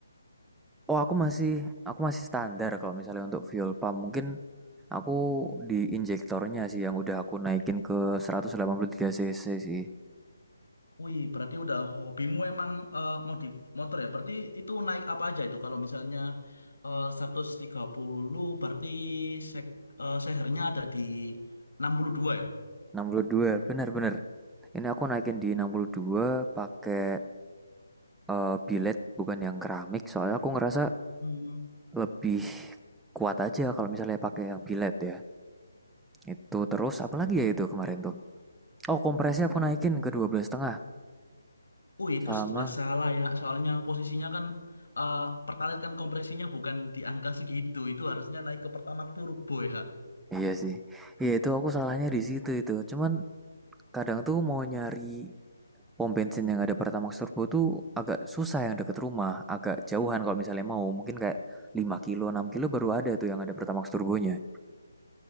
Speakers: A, in the centre; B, on the left.
A: Oh, aku masih aku masih standar kalau misalnya untuk fuel pump. Mungkin aku di injektornya sih yang udah aku naikin ke 183 cc sih.
B: Wih, berarti udah hobimu emang eh, modif motor ya? Berarti itu naik apa aja itu? Kalau misalnya eh, 130, berarti sek, eh, sehernya ada di 62 ya?
A: 62, benar-benar Ini aku naikin di 62 pakai eh, billet bukan yang keramik soalnya aku ngerasa
B: Hmm.
A: lebih kuat aja kalau misalnya pakai yang billet ya. Itu terus apalagi ya itu kemarin tuh. Oh, kompresnya aku naikin ke 12 setengah
B: Oh, itu
A: sama
B: jelas salah ya. Soalnya posisinya kan eh, pertalite kan kompresinya bukan di angka segitu. Itu harusnya naik ke pertamax turbo ya.
A: Iya sih. Iya itu aku salahnya di situ itu. Cuman Kadang tuh mau nyari pom bensin yang ada Pertamax Turbo tuh agak susah yang deket rumah, agak jauhan kalau misalnya mau. Mungkin kayak 5 kilo, 6 kilo baru ada tuh yang ada Pertamax Turbonya.